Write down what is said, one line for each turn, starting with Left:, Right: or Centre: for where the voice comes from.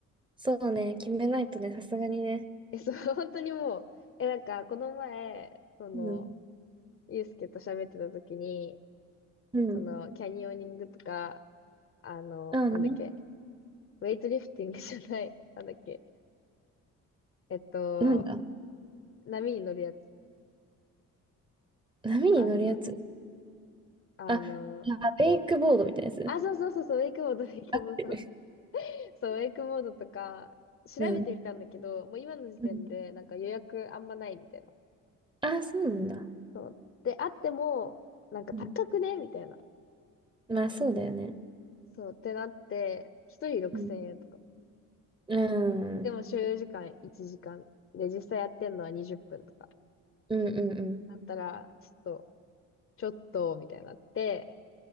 Right: そうね。決めないとね、さすがにね。
Left: え、そう、<laughs> 本当にもう、え、なんか、この前、その、
Right: うん。
Left: ゆうすけと喋ってた時に、
Right: うん。
Left: その、キャニオニングとか、あの、
Right: あね。
Left: なんだっけ、ウェイトリフティングじゃない、なんだっけ、えっと、
Right: なんだ。
Left: 波に乗るやつ。
Right: 波に乗るやつ。
Left: あの、あの、
Right: あ、あウェイクボードみたいなやつ。
Left: あ、そうそうそうそう、ウェイクボード、ウェイクボード。
Right: <laughs>
Left: <laughs> そう、ウェイクボードとか、調べてみたんだけど、
Right: うん。
Left: もう今の時点で、
Right: うん
Left: なんか予約あんまないみたいな。
Right: あ、そうなんだ。
Left: そう。で、あっても、なんか高くねみたいな。
Right: うん。まあ、そうだよね。
Left: そう、ってなって、一人6000円とか。
Right: うん。うん。
Left: でも所要時間1時間。
Right: うん
Left: で、実際やってんのは20分とか。
Right: うんうん。
Left: だったら、ちょっと、ちょっと、みたいになって、